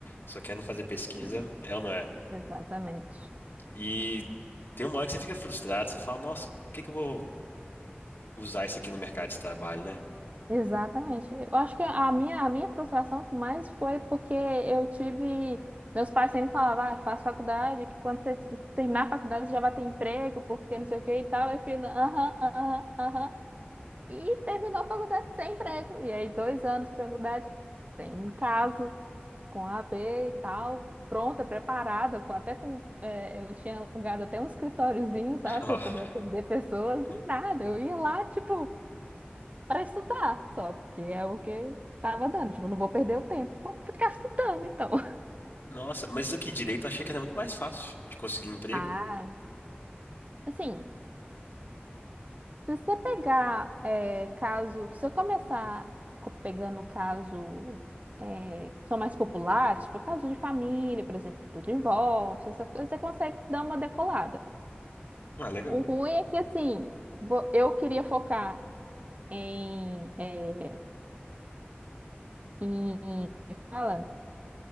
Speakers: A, on the left; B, on the right.
A: só querem fazer pesquisa,
B: Sim,
A: é ou não é?
B: exatamente.
A: E tem uma hora que você fica frustrado, você fala, nossa, o que que eu vou usar isso aqui no mercado de trabalho, né?
B: Exatamente. Eu acho que a minha, a minha frustração mais foi porque eu tive. Meus pais sempre falavam, ah, faz faculdade, que quando você terminar a faculdade você já vai ter emprego, porque não sei o que e tal. Eu falei, aham, aham, aham. E terminou a faculdade sem emprego. E aí, dois anos de faculdade, sem caso, com a AB e tal, pronta, preparada, com, até com. é, eu tinha alugado até um escritóriozinho,
A: <laughs>
B: sabe, para poder atender pessoas,
A: Ó,
B: e nada. Eu ia lá, tipo, para estudar só, porque é o que tava dando. Tipo, não vou perder o tempo, vou ficar estudando, então. <laughs>
A: Nossa, mas isso aqui direito eu achei que era muito mais fácil de conseguir emprego.
B: Ah, assim. Se você pegar é, caso, se eu começar co- pegando caso é, que são mais populares, tipo caso de família, por exemplo, do divórcio, essas coisas, você consegue dar uma decolada.
A: Ah, legal.
B: O ruim é que assim, vo- eu queria focar em, é, em, como é que fala?